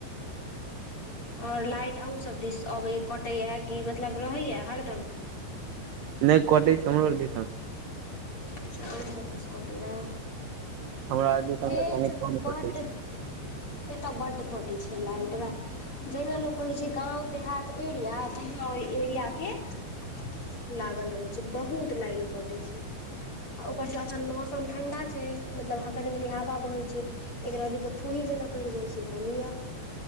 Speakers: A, on the left (about 30°); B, on the right (about 80°).
A: और लाइट अहुं सब दिस अबै कटैया कि मतलब रहैया हरदम?
B: नै कटै छै हमरो दिसन।
A: अच्छा अहुं सब दिस कटैया। <inaudible>
B: हमरा दिसन
A: हे
B: तऽ कनि
A: जग
B: कम
A: बड्ड
B: कटै
A: <inaudible> एत बड्ड कटै छै लाइट भै, जै मे लोक कहइ छै गाँव देहात एरिया, त हमरा ओइ एरिया के <inaudible> लागल रहु। बहुत लाइन कटै छै <inaudible> आ ऊपर सं एखन मौसम ठंडा छै, मतलब हं कनी कनी हावा बहै छै, एक रती क फूंही जना परि जाइ छै त लिअ?